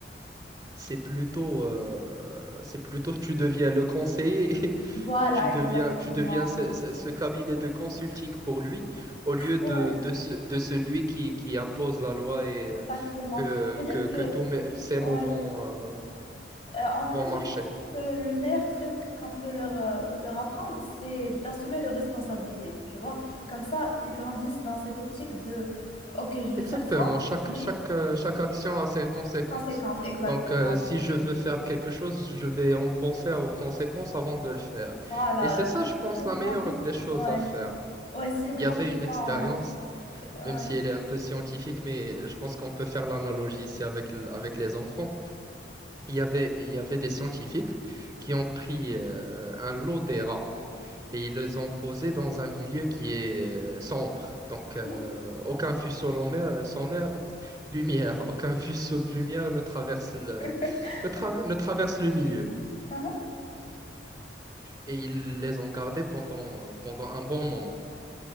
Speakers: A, on the right; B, on the left.
A: c'est plutôt, euh, c'est plutôt tu deviens le conseiller, <laughs> et
B: Voilà,
A: tu deviens,
B: exactement.
A: tu deviens ce, ce-
B: Merci.
A: ce cabinet de consulting pour lui, au lieu
B: Ouais,
A: de, de, ce- de celui qui, qui impose la loi et euh,
B: exactement.
A: que,
B: Je veux dire
A: que,
B: que
A: que
B: le...
A: tous mes- ces
B: Ouais.
A: mots vont, euh,
B: Euh, en
A: vont
B: fait,
A: marcher.
B: je dis que le meilleur truc qu'on peut leur, euh, leur apprendre, c'est d'assumer leurs responsabilités, tu vois. Comme ça, ils grandissent dans cette optique de, OK, je vais
A: Exactement,
B: faire ça,
A: chaque,
B: mais
A: chaque, euh, chaque action a ses conséquences.
B: conséquence, exactement.
A: Donc, euh, si
B: Merci.
A: je veux faire quelque chose, je vais en penser aux conséquences avant de le faire.
B: Voilà,
A: Et c'est ça, je
B: ils
A: pense, la meilleure
B: grandissent.
A: des choses
B: Ouais,
A: à faire.
B: ouais, s'ils grandissent
A: Il y avait une expérience,
B: en... Ouais.
A: même si elle est un peu scientifique, mais je pense qu'on peut faire l'analogie ici avec, l- avec les enfants. Il y avait, il y avait des scientifiques qui ont pris euh, un lot des rats et ils les ont posés dans un milieu qui est euh, sombre. Donc, euh,
B: Mhm.
A: aucun faisceau lumière, sans mer- <laughs> lumière, aucun faisceau de lumière ne traverse le,
B: <laughs>
A: ne tra- ne traverse le milieu.
B: Ah,
A: Et ils les ont gardés pendant, euh, pendant un bon moment.